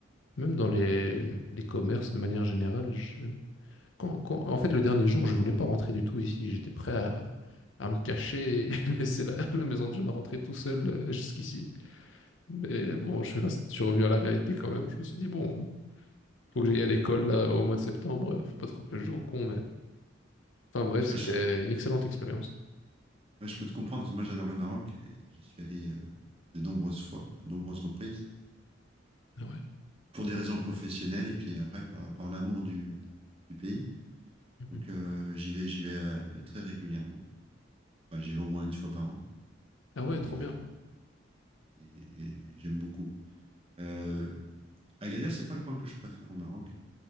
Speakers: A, on the left; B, on the right.
A: Même dans les, les commerces de manière générale, je- quand- quand- en fait, le dernier jour, je voulais pas rentrer du tout ici. J'étais prêt à, à me cacher et <laughs> laisser la, la maison de jeunes rentrer tout seul euh, jusqu'ici. Mais bon, je suis, rest- je suis revenu à la réalité quand même. Je me suis dit, bon, faut que j'aille à l'école là, au mois de septembre. Faut pas trop que je joue au con, mais... Enfin bref, c'était
B: Ouais, je,
A: une excellente expérience.
B: ouais, je peux te comprendre, parce que moi j'adore le Maroc et j'y suis allé euh, de nombreuses fois, à de nombreuses reprises,
A: Ah ouais.
B: pour des raisons professionnelles et puis après par, par l'amour du, du pays.
A: Mhm.
B: Donc euh, j'y vais, j'y vais euh, très régulièrement. Enfin, j'y vais au moins une fois par an
A: Ah ouais,
B: et,
A: trop
B: euh,
A: bien.
B: et- et j'aime beaucoup. Euh, Agadir, c'est pas le coin que je préfère au Maroc.